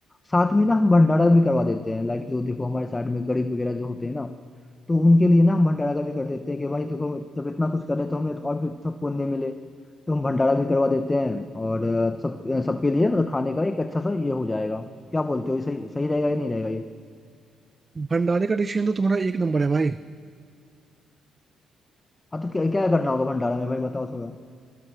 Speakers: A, on the left; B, on the right.
A: साथ में ना हम भंडारा भी करवा देते हैं लाइक जो देखो हमारे साइड में गरीब वगैरह जो होते हैं ना तो उनके लिए ना हम भंडारा का भी कर देते हैं कि भाई देखो जब इतना कुछ कर रहे तो हमें तो और भी थोड़ा पुण्य मिले तो हम भंडारा भी करवा देते हैं और अ, सब अ, सबके लिए मतलब खाने का एक अच्छा सा ये हो जाएगा क्या बोलते हो ये सही सही रहेगा या नहीं रहेगा ये
B: भंडारे का डिसीजन तो तुम्हारा एक नंबर है भाई
A: हाँ तो क्या क्या करना होगा भंडारा में भाई बताओ थोड़ा